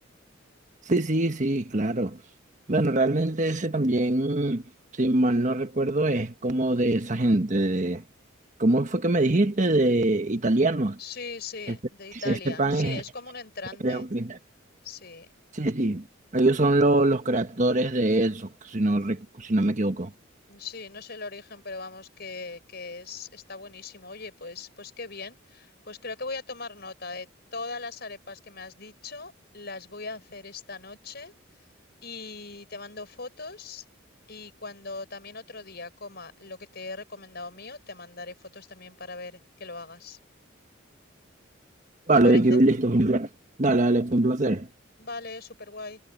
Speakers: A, on the right; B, on the left.
A: Sí, sí, sí, claro. Bueno, realmente ese también, si mal no recuerdo, es como de esa gente, de- ¿cómo fue que me dijiste? De italianos.
B: Sí, sí,
A: Este,
B: de Italia.
A: este pan
B: Sí,
A: es,
B: es como un entrante.
A: creo que,
B: Sí,
A: sí, sí, ellos son lo- los creadores de eso, si no, rec- si no me equivoco.
B: sí, no sé el origen, pero vamos, que, que es, está buenísimo. Oye, pues, pues qué bien. Pues creo que voy a tomar nota de todas las arepas que me has dicho. Las voy a hacer esta noche y te mando fotos. Y cuando también otro día coma lo que te he recomendado mío, te mandaré fotos también para ver que lo hagas.
A: Vale,
B: ¿Te parece?
A: Vicky, listo, fue un placer. Dale, dale, fue un placer.
B: Vale, súper guay.